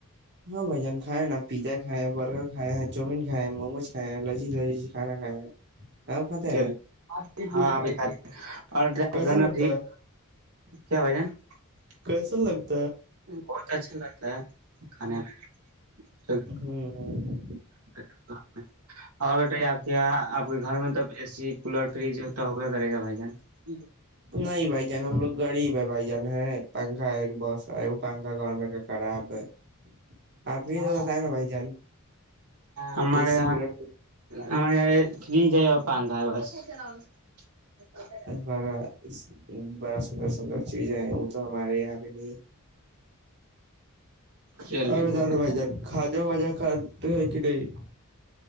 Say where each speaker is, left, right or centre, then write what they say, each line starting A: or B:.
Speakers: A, on the right; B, on the right.
A: ہاں بھائی جان کھائے نا پیزا کھائے ہیں برگر کھائے ہیں چاؤمین کھائے مموج کائے لذیج لذیج کھانا کائے ہاں وہ کھات ہیں
B: چلیے ہاں ابھی کھاتے اور ڈرائی
A: کیسا
B: دھنو
A: لگتا
B: ج
A: ہے
B: کیا بجان <unintelligible>
A: کیسا لگ <unintelligible>
B: بہت اچھا لگتا ہے کھانے میں
A: ہوں
B: <unintelligible> اور بتائیے آپ کے یہاں پور گھر میں توب اے سی کولر فریج تو ہوبے کرے گا بائی جان <unintelligible>
A: نہیں بھائی جان ہم لوگ غریب ہے بھائی جان ہ پنکھا ایک بس ہے وہ پنکھا گور میں کا خراب ہے <unintelligible>
B: ہاں
A: تو بتائے نا بھائی جان
B: ہمارے
A: اے سی کولر
B: ہم یہ فریج ہے <unintelligible> پنگا ہے بس <unintelligible> چل <unintelligible>
A: بڑا بڑا سندر سندر چیزیں ہیں وہ تو ہمارے یہاں پہ نہیں <unintelligible>
B: چلیے
A: اور ب
B: بہت
A: ج رہے بھائی جان خجا وجا کان ہے کہ نہیں